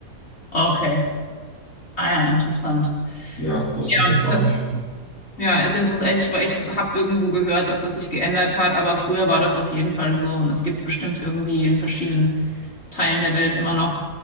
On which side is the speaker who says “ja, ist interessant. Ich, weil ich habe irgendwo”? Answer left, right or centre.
Left